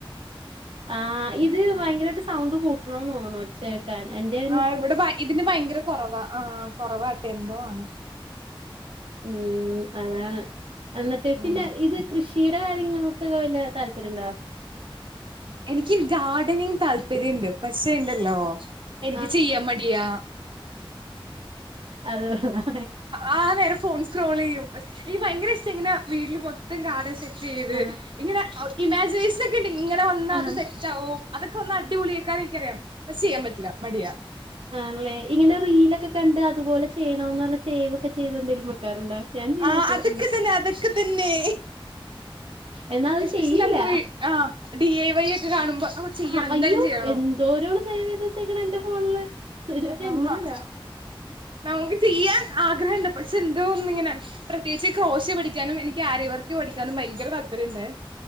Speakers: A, on the right; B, on the right.
A: ആഹ് ഇത് ഭയങ്കരമായിട്ട് സൗണ്ട് കൂട്ടണന്ന് തോന്നു ഒച്ചേ ക്കാന് എൻ്റെ
B: ആഹ് ഇവിടെ ഭ ഇതിന് ഭയങ്കര കുറവാ ആ കുറവാട്ടെ എന്തോ ആണ്
A: ഉം അതാണ് എന്നിട്ട്
B: ഉം
A: പിന്നെ ഇത് കൃഷിയുടെ കാര്യങ്ങൾക്ക് വല്ല താല്പര്യംണ്ടോ
B: എനിക്ക് ഗാർഡനിങ് താല്പര്യുണ്ട് പക്ഷണ്ടല്ലോ എനിക്ക്
A: ആഹ്
B: ചെയ്യാൻ മടിയാ
A: അത് കൊള്ളം
B: ആ നേരം ഫോൺ സ്ക്രോൾ ചെയ്യും എനിക്ക് ഭയങ്കര ഇഷ്ടം ഇങ്ങനെ വീട്ടില് മൊത്തം കാർഡൻസ് സെ റ്റ് ചെയ്ത്
A: ആഹ്
B: ഇങ്ങനെ ഇമാജിനേഷൻ ഒക്കെ ഉണ്ട് ഇങ്ങനെ വന്നാൽ
A: ആഹ്
B: അത് സെറ്റ് ഓ അതൊക്കെ ഒന്ന് അടിപൊളിയേക്കാൻ എനിക്കറിയാം പക്ഷെ ചെയ്യാൻ പറ്റില്ല മടിയ
A: ആണ്ല്ലേ ഇങ്ങനെ റീലൊക്കെ കണ്ട് അതുപോലെ ചെയ്യണ സേവ് ഒക്കെ ചെയ്ത് എന്തെങ്കിലും വെക്കാറുണ്ടോ ഞാൻ ചെയ്ത്
B: ആഹ്
A: വെക്കാറുണ്ട്
B: അതൊക്കെ തന്നെ അതൊക്കെ തന്നെ
A: എന്നാ അത്
B: എസ്പെഷ്യലി
A: ചെയ്യില്ല
B: നമുക്ക് വീ ആഹ് ഡി എ വൈ ഒക്കെ കാണുമ്പോ ചെയ്യണം
A: ആഹ് അയ്യോ
B: എന്തായാലും ചെയ്യണം
A: എന്തോരോ സേവ് ചെയ്ത് വെച്ചേക്കണ എന്റെ ഫോണില് അവരെ
B: ആ
A: എണ്ണല്ല
B: നമുക്ക് ചെയ്യാൻ ആഗ്രഹണ്ട് പക്ഷെ എന്തോന്നും ഇങ്ങനെ പ്രത്യേകിച്ച് ക്രോശ് പഠിക്കാനും എനിക്ക് ആരിയവർക്ക് പഠിക്കാനും ഭയങ്കര താല്പര്യംമുണ്ടെ